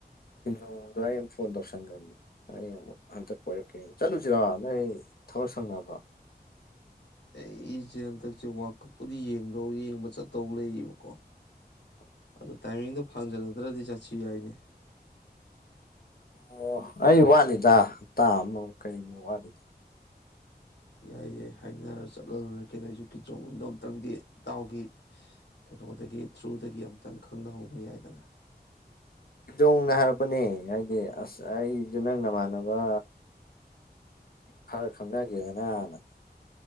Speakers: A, on the left; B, on the left.
A: ꯍꯤꯖꯣꯗ ꯑꯩ ꯐꯣꯟ ꯇꯧꯁꯟꯈ꯭ꯔꯕꯅꯤ ꯑꯩ ꯑꯃꯨꯛ ꯍꯟꯗꯛ ꯀꯣꯏꯔꯛꯀꯦ ꯆꯠꯂꯨꯁꯤꯔꯣ ꯅꯣꯏ ꯁ ꯉꯗꯣ
B: ꯑꯩꯁꯦ ꯍꯟꯗꯛꯁꯦ ꯔ ꯀꯞꯄꯨꯗꯤ ꯌꯦꯡꯗꯧ ꯌꯦꯡꯕ ꯆꯠꯇꯧ ꯂꯩꯌꯦꯕꯀꯣ
A: <inaudible>
B: ꯑꯗꯨ ꯇꯥꯏꯃꯤꯡꯗꯣ ꯐꯥꯡꯖꯅꯗ꯭ꯔꯗꯤ ꯆꯠꯁꯤ ꯌꯥꯏꯅꯦ
A: ꯑꯣ ꯑꯩ ꯋꯥꯠꯂꯤꯗꯥꯥ ꯇ ꯀꯩꯅ ꯋꯥ ꯂꯤꯗ
B: ꯌꯥꯏ ꯌꯥꯏ ꯍꯥꯏꯅꯔ ꯆꯠꯍꯜꯂꯨꯔ ꯂꯣꯢꯔꯦ ꯀꯩꯅꯣ ꯑꯩꯖꯨ ꯀꯤꯝ ꯖꯣꯡ ꯎꯟꯗꯣ ꯑꯃꯨꯛꯇꯪꯗꯤ ꯏꯇꯥꯎꯒꯤ ꯀꯩꯅꯣꯗꯒꯤ ꯊ꯭ꯔꯨꯗꯒꯤ ꯑꯃꯨꯇꯪ ꯈꯪꯅꯍꯧꯕ ꯌꯥꯏꯗꯅ
A: ꯏꯗꯣꯡꯅ ꯍꯥꯏꯔꯛꯄꯅꯦ ꯍꯥꯏꯗꯤ ꯑꯁ ꯑꯩꯁꯨ ꯅꯪ ꯅꯃꯥꯟꯅꯕ ꯈꯔ ꯈꯪꯅꯒꯦꯅ ꯍꯥꯟꯅ